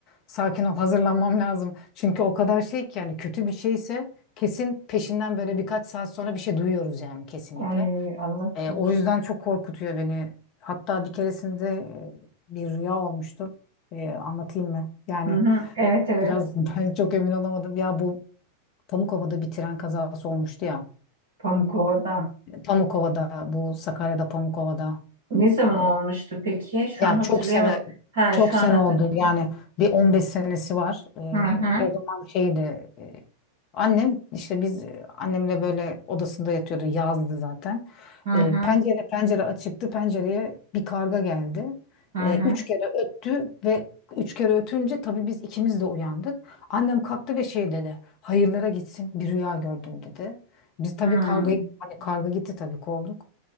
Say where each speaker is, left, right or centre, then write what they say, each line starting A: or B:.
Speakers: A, on the left; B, on the right.
A: Sakin ol hazırlanmam lazım. Çünkü o kadar şey ki yani kötü bir şeyse kesin peşinden böyle birkaç saat sonra bir şey duyuyoruz yani kesinlikle.
B: Ay Allah
A: Ee,
B: korusun.
A: o yüzden çok korkutuyor beni. Hatta bir keresinde e, bir rüya olmuştu. Ee, anlatayım mı? Yani
B: Hı hı, evet evet.
A: Biraz <laughs> ben çok emin olamadım. Ya bu Pamukova'da bir tren kazası olmuştu ya.
B: Pamukova'da.
A: Pamukova'da bu Sakarya'da Pamukova'da.
B: Ne zaman
A: Ee,
B: olmuştu peki? Şu
A: ya
B: an hatırlayamadım.
A: çok sene
B: Ha
A: çok
B: şu
A: sene
B: an hatır.
A: oldu. Yani bir 15 senesi var. Ee,
B: Hı hı.
A: o zaman şeydi e, Annem işte biz e, annemle böyle odasında yatıyordu yazdı zaten.
B: Hı
A: E,
B: hı.
A: pencere pencere açıktı pencereye bir karga geldi.
B: Hı
A: E,
B: hı.
A: üç kere öttü ve üç kere ötünce tabii biz ikimiz de uyandık. Annem kalktı ve şey dedi hayırlara gitsin bir rüya gördüm dedi. Biz tabii
B: Hı hı.
A: kargayı hani karga gitti tabii kovduk.